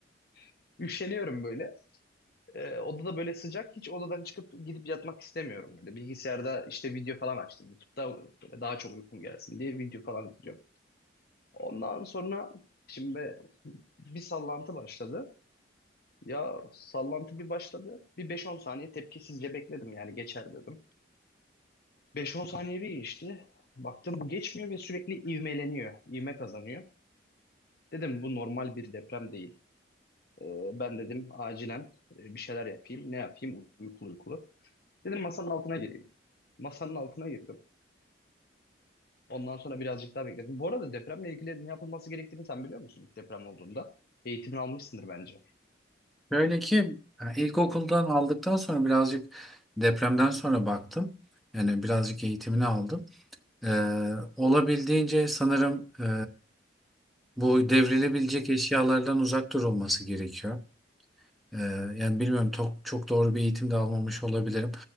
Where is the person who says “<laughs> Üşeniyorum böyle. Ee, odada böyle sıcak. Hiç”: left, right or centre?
Left